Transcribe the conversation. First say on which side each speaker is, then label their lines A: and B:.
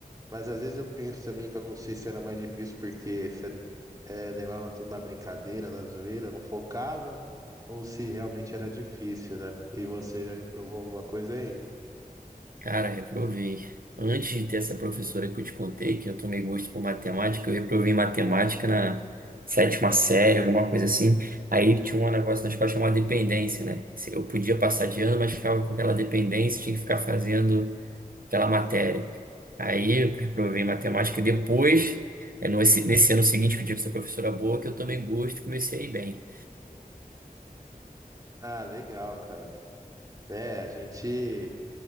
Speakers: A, on the right; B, on the right.
A: Mas às vezes eu penso também que eu não sei se era mais difícil porque você é, levava tudo na brincadeira, na zoeira, não focava, ou se realmente era difícil, né? E você já reprovou alguma coisa aí?
B: Cara, reprovei. Antes de ter essa professora que eu te contei, que eu tomei gosto por matemática, eu reprovei em matemática na sétima série, alguma coisa assim. Aí tinha um negócio na escola chamado dependência, né? Se- Eu podia passar de ano, mas ficava com aquela dependência, tinha que ficar fazendo aquela matéria. Aí eu reprovei em matemática. Depois, é, no- esse- nesse ano seguinte que eu tive essa professora boa, que eu tomei gosto e comecei a ir bem.
A: Ah, legal, cara. É, a gente